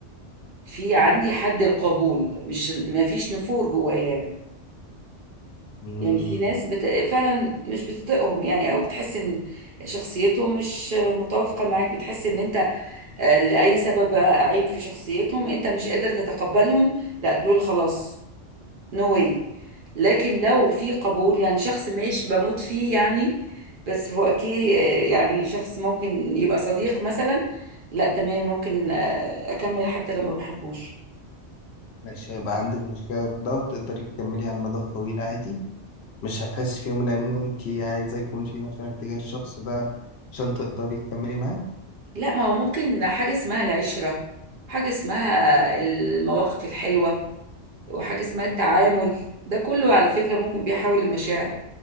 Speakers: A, on the right; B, on the left.
A: في عندي حد القبول مش ما فيش نفور جوايا يعني.
B: مم.
A: يعني في ناس بت... فعلا مش بتطيقهم يعني او بتحس ان شخصيتهم مش متوافقه معاك بتحس ان انت آه، لاي سبب بقى عيب في شخصيتهم انت مش قادر تتقبلهم لا دول خلاص نو واي لكن لو في قبول يعني شخص مش بموت فيه يعني بس هو اوكي آه، يعني شخص ممكن يبقى صديق مثلا لا تمام ممكن آه، اكمل حتى لما بحبوش
B: ماشي هيبقى عندك مشكلة في ده تقدري تكملي على المدى الطويل عادي مش هتحس في يوم من الأيام إن أنت عايزة يكون في مشاعر تجاه الشخص ده عشان تقدري تكملي معاه
A: لا ما هو ممكن حاجه اسمها العشره حاجه اسمها المواقف الحلوه وحاجة اسمها التعامل ده كله على فكرة ممكن بيحول المشاعر